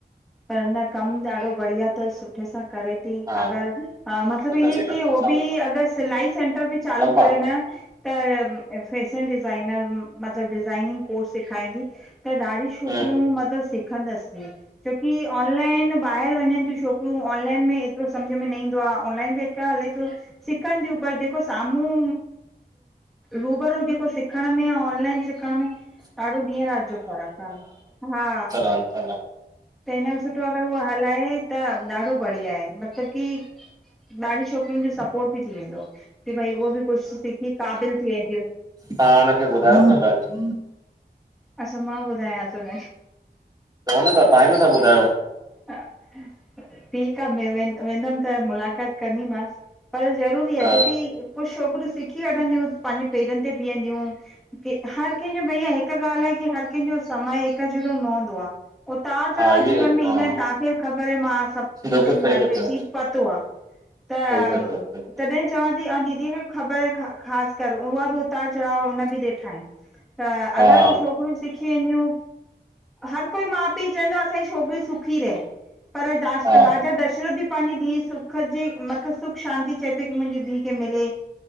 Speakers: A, in the centre; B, on the right.
A: पर न कमु ॾाढो बढ़िया तस सुठे सां करे दी
B: हा
A: अगरि अ मतलब
B: कितना
A: इअ
B: चाहिएगा
A: की हो बि अगर सिलाई सेंटर बि चालू
B: लंबा
A: करे न त फैशन डिजाइनर मतलब डिज़ाइनिंग कोर्स सेखारींदी। त ॾाढी छोकिरियूं
B: हम्म
A: मतलबु सिखंदसि। छोकी ऑनलाइन ॿाहिरि वञनि थियूं छो कि ऑनलाइन ॿाहिर वञनि थियूं छोकरूं ओनलाईन में एतिरो समझ में न ईंदो आ ऑनलाइन बि अॼुकल हले थो। सिखनि थियूं पर जेको साम्हूं रूबरू जेको सिखण में अऊं ऑनलाइन सिखण में ॾाढो ॾींहं राति जो फ़र्कु आहे। हा।
B: ह
A: त हिन खां सुठो अगरि उह हलाए त ॾाढो बढ़िया आहे मतलबु की ॾाढी छोकिरियुनि जो सपोट बि थी वेंदो। की भई उहो बि कुछ सिखी क़ाबिल थी वेंदियूं।
B: तां हुनखे ॿुधायो न ॻालियूं।
A: अच्छा मां ॿुधायांस हुनखे।
B: चउ न त तव्हांइ नथा ॿुधायो।
A: हह ठीकु आ वें वेंदमि त मुलाक़ात कंदीमास पर ज़रूरु
B: हा
A: छोकी कुछ छोकिरियूं सिखी वठंदियूं पंहिंजे पेरनि ते बीहंदियूं की हर कंहिंजो भईया हिकु ॻाल्हि आहे की हर कंहिंजो समय हिक जहड़ो न हुँदो आ, उतार चढ़ाव
B: हा
A: जीवन
B: इहे
A: में ईंदा
B: हा
A: आहिनि तव्हांखे बि ख़बर मां सभु
B: बिल्कुलु
A: मूंखे बि
B: सही
A: हार
B: था
A: ते
B: चओ
A: जीत पातो आ त
B: सही था चओ सही था
A: तॾहिं चवां थी आउ दीदी खे बि ख़बर आहे ख़ासि कर उहा बि उतार चढ़ाव हुन बि ॾिठा आहिनि त
B: चओ
A: अगर
B: हा
A: उह छोकिरियूं सिखी वेंदियूं हर कोई माउ पीउ चवंदो आ असांजी छोकिरियूं सुुखी रहे पर द
B: हा
A: राजा दशरथ बि पंहिंजी दीस सुख जी मतिलबु सुख शांति चए पे की मुंहिंजी धीउ खे मिले